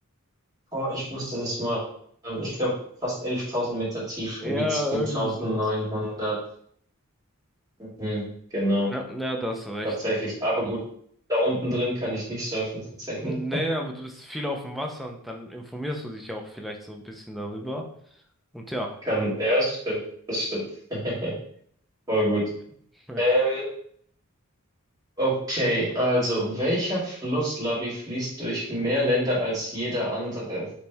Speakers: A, on the right; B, in the centre.
A: boah, ich wusste das mal. Ich glaube, fast 11.000 Meter tief.
B: Ja,
A: Irgendwie 10.900.
B: irgendwie sowas.
A: Mhm, genau.
B: Ja, ja, da hast du recht.
A: Tatsächlich. Aber gut. Da unten drin kann ich nicht surfen, tatsächlich.
B: Nee, aber du bist viel auf dem Wasser und dann informierst du dich ja auch vielleicht so ein bisschen darüber. Und ja,
A: Kann, ja, das stimmt. Das stimmt. <laughs> Voll
B: Mhm.
A: gut.
B: <laughs>
A: Ähm, okay, also welcher Fluss, Labi, fließt durch mehr Länder als jeder andere?